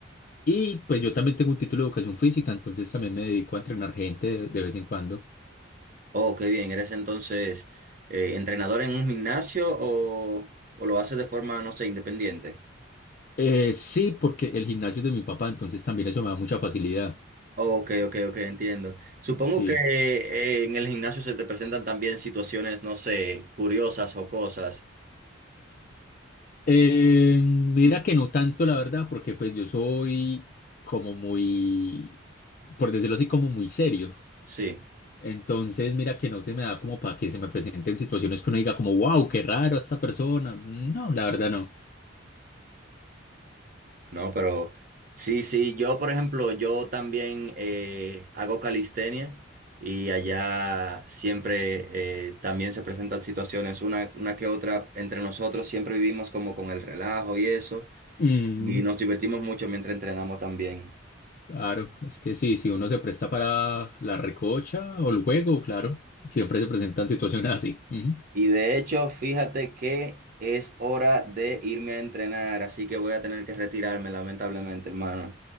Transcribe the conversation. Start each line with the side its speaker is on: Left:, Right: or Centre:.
Left: y pues yo también tengo un título de educación física, entonces también me dedico a entrenar gente de, de vez en cuando.
Right: Oh, qué bien. ¿Eres entonces eh, entrenador en un gimnasio o, o lo haces de forma, no sé, independiente?
Left: Eh, sí, porque el gimnasio es de mi papá, entonces también eso me da mucha facilidad.
Right: Ok, ok, ok, entiendo. Supongo
Left: Sí.
Right: que eh, en el gimnasio se te presentan también situaciones, no sé, curiosas o cosas.
Left: Eh, mira que no tanto, la verdad, porque pues yo soy como muy, por decirlo así, como muy serio.
Right: Sí,
Left: Entonces, mira que no se me da como para que se me presenten situaciones que uno diga como, wow, qué raro esta persona. No, la verdad no.
Right: no, pero sí, sí, yo por ejemplo, yo también eh, hago calistenia y allá siempre eh, también se presentan situaciones, una, una que otra entre nosotros, siempre vivimos como con el relajo y eso,
Left: Mm,
Right: y nos divertimos mucho mientras entrenamos también.
Left: Claro, es que sí, si uno se presta para la recocha o el juego, claro, siempre se presentan situaciones así. Ujú.
Right: Y de hecho, fíjate que es hora de irme a entrenar, así que voy a tener que retirarme, lamentablemente, hermano.